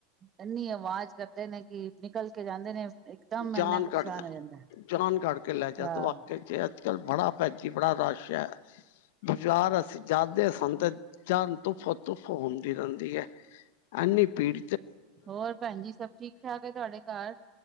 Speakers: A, on the right; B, on the left.
A: ਇੰਨੀ ਆਵਾਜ਼ ਕਰਦੇ ਨੇ ਕਿ ਨਿਕਲ ਕੇ ਜਾਂਦੇ ਨੇ ਇਕਦਮ
B: ਜਾਨ
A: ਇੰਨਾ ਪਰੇਸ਼ਾਨ
B: ਕੱਢਦਾ
A: ਹੋ ਜਾਂਦਾ
B: ਜਾਨ ਕੱਢ ਕੇ ਲੈ ਜਾਦ
A: ਹਾਂ
B: ਵਾਕਿਆ ਜੇ। ਚੱਲ ਬੜਾ ਭੈਜੀ ਬੜਾ ਰਸ਼ ਹੈ। ਬਜ਼ਾਰ ਅਸੀਂ ਜਾਦੇ ਸੰਦੇ ਜਾਨ ਤੁੁੱਫ ਤੁੁੱਫ ਹੁੰਦੀ ਰਹਿੰਦੀ ਹੈ ਐਨੀ ਪੀੜ
A: ਹੋਰ ਭੈਣ ਜੀ ਸਭ ਠੀਕ-ਠਾਕ ਏ ਤੁਹਾਡੇ ਕਾਰ?